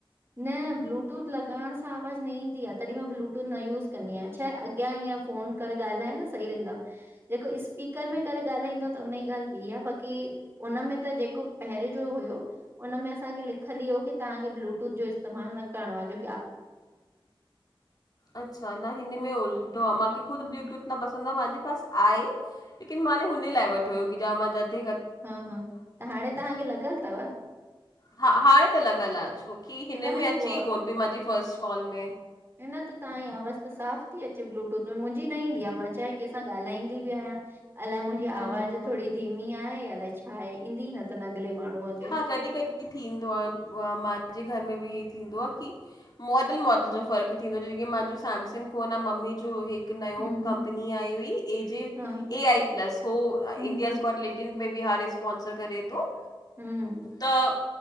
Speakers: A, on the right; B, on the left.
A: न ब्लूटूथ लॻाइण सां आवाज़ु न ईंदी आहे तॾहिं मां ब्लूटूथ न यूज़ कंदी आहियां छाहे अॻियां ईअं फ़ोन करे ॻाल्हाए न सही रहंदो आहे जेको स्पीकर में करे ॻाल्हाईंदो त हुनन जी ॻाल्हि ॿी आहे बाक़ी उन में त जेको पहिरें जो हुयो उन में असांखे लिखल ई हो की तहां खे बलूटूथ जो इस्तेमाल न करणो आ जो
B: अच्छा न हिन में उल्टो
A: हा
B: आ मां- ख़ुद ब्लूटूथ न पसंद आहे मुंहिंजे पास आहे लेकिन माने हुन लाइ वठो हुयो की जा मां जाते
A: हा-हा त हाणे तव्हांखे लॻियल तव?
B: हा हाणे त लॻलि आहे छोकी हिन
A: तव्हांजी
B: में अचे
A: व
B: ही कोन पई मांजी फस्ट कॉल में।
A: न त तव्हांजी आवाज़ त साफ़ ती अचे ब्लूटूथ में मुंजी न ईंदी आ मां चाहे कंहिं सां ॻाल्हाईंदी बि आहियां। अलाए मुंजी
B: हम्म
A: आवाज
B: हम्म
A: थोडी धीमी आहे अलाए छा आहे ईंदी न थन अॻले माण्हूअ खे।
B: हा कॾहिं कॾहिं थींदो आ, मांजे घर में बि ईअं थींदो आ की। मॉडल मॉडल जो फ़र्क़ु थींदो आ जीअं मांजो सॅमसंग फोन आ मम्मी जो हिक हिक नयो
A: हम्म
B: कंपनी
A: हम्म
B: आई हुई एजे
A: हा हा
B: एआई प्लस हो
A: हम्म
B: इंडियास गौट इन में बि हारे स्पॉंसर करे थो।
A: हम्म
B: त